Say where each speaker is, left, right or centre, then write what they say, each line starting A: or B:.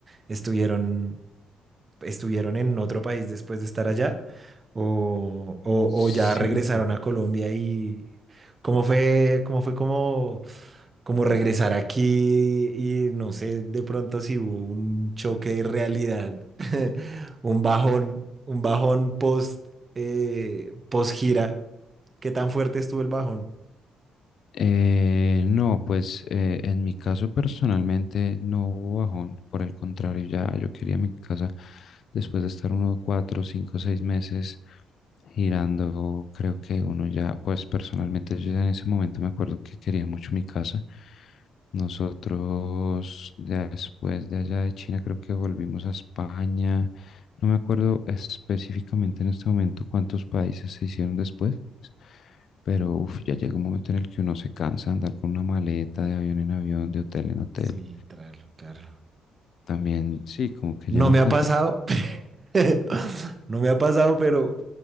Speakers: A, on the right; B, on the left.
A: Estuvieron estuvieron en otro país después de estar allá o, o-
B: Sí,
A: o ya regresaron a Colombia y cómo fue, cómo fue como, como regresar aquí y no sé de pronto si hubo un choque de realidad, <laughs> un bajón, un bajón post, eh, post gira. ¿Qué tan fuerte estuvo el bajón?
B: eh, no, pues eh, en mi caso personalmente no hubo bajón, por el contrario, ya yo quería mi casa después de estar unos cuatro, cinco, seis meses girando, creo que uno ya, pues personalmente yo ya en ese momento me acuerdo que quería mucho mi casa Nosotros ya después de allá de China creo que volvimos a España. No me acuerdo específicamente en este momento cuántos países se hicieron después, pero uf, ya llega un momento en el que uno se cansa de andar con una maleta de avión en avión, de hotel en hotel.
A: Sí, claro, claro.
B: También sí, como que
A: No
B: llega un
A: me
B: punto
A: ha pasado, <laughs> no me ha pasado, pero